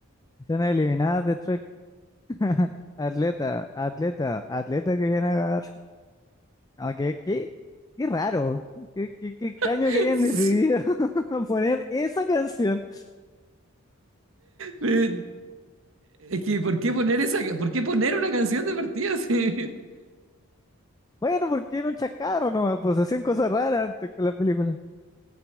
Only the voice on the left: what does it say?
Escena eliminada de Trek. <laughs> Atleta, atleta, atleta que viene a agarrar. Aunque, qué, qué raro. Qué, qué, qué extraño
que hayan decidido <laughs> poner esa canción.
Bueno, porque era un chacarro nomás, pues hacían cosas raras antes con la película.